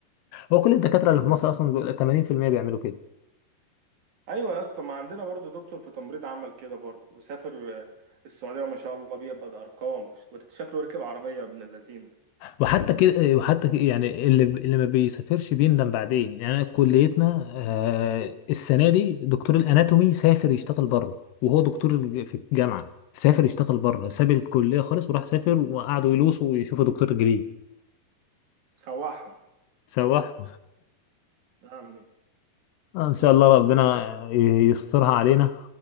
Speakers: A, on the left; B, on the right.
A: هو كل الدكاتره اللي في مصر اصلا بيبقى 80% بيعملوا كده
B: ايوه يا اسطى ما عندنا برضه دكتور في تمريض عمل كده برضه وسافر آه، السعوديه وما شاء الله بيقبض ارقام وش- شكله ركب عربيه ابن اللذين
A: وحتى كده وحتى كده يعني اللي اللي ما بيسافرش بيندم بعدين يعني أنا كليتنا آه، السنه دي دكتور الاناتومي سافر يشتغل بره وهو دكتور الج- في الجامعه سافر يشتغل بره ساب الكليه خالص وراح سافر وقعدوا يلوسوا ويشوفوا دكتور جديد
B: سواحه
A: سواح
B: يا عمي
A: آه، ان شاء الله ربنا يسترها علينا